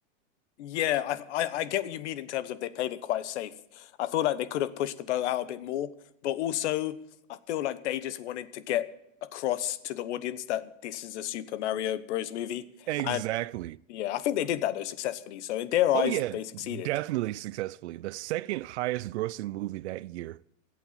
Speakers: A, on the left (about 60°); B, on the right (about 60°).
A: Yeah, I've, I I get what you mean in terms of they played it quite safe. I feel like they could have pushed the boat out a bit more, but also I feel like they just wanted to get across to the audience that this is a Super Mario Bros. movie,
B: Exactly.
A: and yeah, I think they did that though successfully. So in their eyes,
B: Oh yeah,
A: they succeeded.
B: definitely successfully. The second highest grossing movie that year,